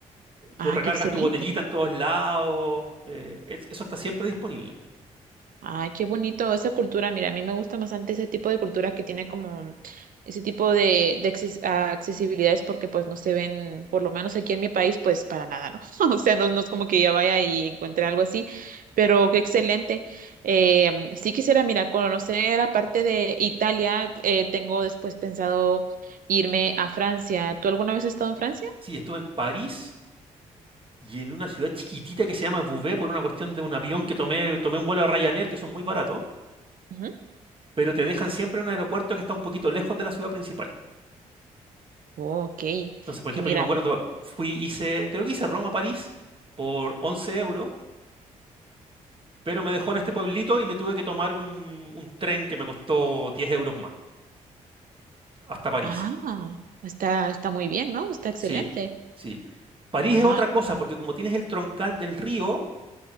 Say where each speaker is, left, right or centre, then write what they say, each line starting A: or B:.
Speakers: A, on the right; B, on the right.
A: Tú
B: Ah,
A: recargas
B: qué excelente.
A: tu botellita en todos lados. eh, es- eso está siempre disponible.
B: Ay, qué bonito esa cultura. Mira, a mí me gusta bastante ese tipo de cultura que tiene como ese tipo de, de acces- ah, accesibilidades porque pues no se ven, por lo menos aquí en mi país, pues para nada, ¿no? <laughs> O sea, no, no es como que ya vaya y encuentre algo así, pero qué excelente. Eh, sí quisiera, mira, conocer la parte de Italia. eh, tengo después pensado irme a Francia. ¿Tú alguna vez has estado en Francia?
A: Sí, estuve en París y en una ciudad chiquitita que se llama Beauvais por una cuestión de un avión que tomé, tomé un vuelo a Ryanair que son muy baratos,
B: Ujú.
A: pero te dejan siempre en un aeropuerto que está un poquito lejos de la ciudad principal.
B: Oh, ok.
A: Entonces, por ejemplo,
B: Y mira,
A: yo me acuerdo, fui, hice, creo que hice Roma-París a París por 11 euros Pero me dejó en este pueblito y me tuve que tomar un, un tren que me costó 10 euros más, hasta París.
B: ah, está, está muy bien, ¿no? Está excelente.
A: Sí, sí. París
B: Ah.
A: es otra cosa, porque como tienes el troncal del río,